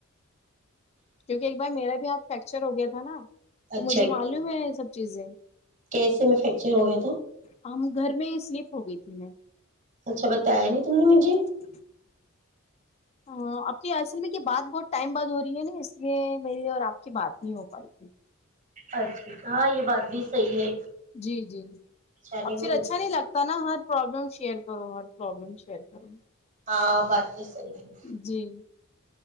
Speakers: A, on the left; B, on the right.
A: کیونکہ ایک بار میرا بھی ہاتھ فریکچر ہو گیا تھا نا تو
B: اچھا
A: مجھے معلوم ہے یہ سب چیزیں
B: کیسے میں فریکچر ہو گیا تھا
A: ہم گھر میں سلپ ہو گئی تھی میں
B: اچھا بتایا نہیں تم نے مجھے
A: <inaudible> ہ اپنی اصل میں کہ بات بہت ٹائم بعد ہو رہی ہے نا اس لیے میری اور آپ کی بات نہیں ہو پائی تھی
B: اچا ہاں یہ بات بھی صحیح ہے
A: جی جی
B: پریشانی
A: اب
B: میں
A: پھر اچھا نہیں لگ تا نا ہر پربلم شیئر کرو ہر پربلم شیئر کرو
B: ہاں بات تو صحیح ہے
A: جی